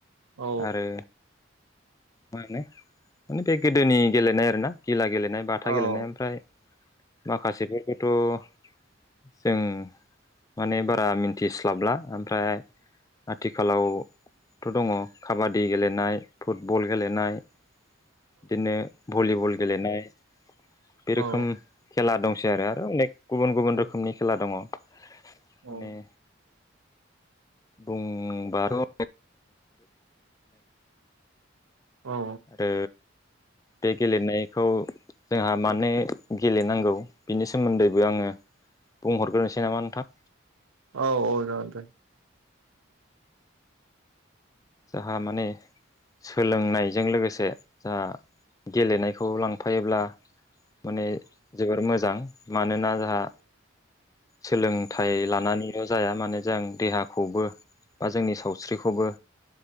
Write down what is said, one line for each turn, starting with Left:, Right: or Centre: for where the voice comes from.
Right: औ
Left: आरो मा होनो माने बे गोदोनि गेलेनाय आरोना गिला गेलेनाय बाथा
Right: औ
Left: गेलेनाय ओमफ्राय माखासेफोरखौथ' जों माने बारा मिन्थिस्लाबला ओमफ्राय आथिखालाव थ' दङ काबादि गेलेनाय फुटबल गेलेनाय। बिदिनो भलिबल गेलेनाय बे रोखोम
Right: औ
Left: खेला दंसै आरो आरो अनेक गुबुन गुबुन
Right: जागोन दे
Left: रोखोमनि खेला दङ माने
Right: औ औ
Left: बुंबार
Right: औ
Left: ओ बे गेलेनायखौ जोंहा मानो गेलेनांगौ बिनि सोमोन्दैबो आङो बुंहरग्रोनसै नामा नोंथां?
Right: औ-औ जागोन दे
Left: जाहा माने सोलोंनायजों लोगोसे जाह गेलेनायखौ लांफायोब्ला माने जोबोर मोजां मानोना आ सोलोंथाइ लानानैल' जाया माने जों देहाखौबो बा जोंनि साव स्रिखौबो